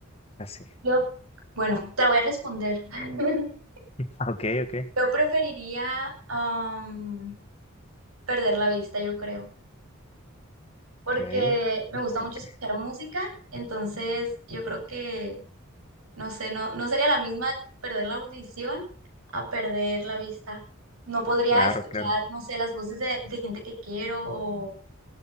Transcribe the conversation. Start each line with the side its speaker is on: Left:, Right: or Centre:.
Left: así.
Right: Yo, bueno, te la voy a responder. <laughs>
Left: Ah, Ok, ok,
Right: Yo preferiría am, perder la vista, yo creo, porque
Left: ok,
Right: me gusta
Left: ok.
Right: mucho escuchar música, entonces yo creo que, no sé, no, no sería la misma perder la audición a perder la vista. No podría
Left: Claro,
Right: escuchar,
Left: claro.
Right: no sé, las voces de, de gente que quiero o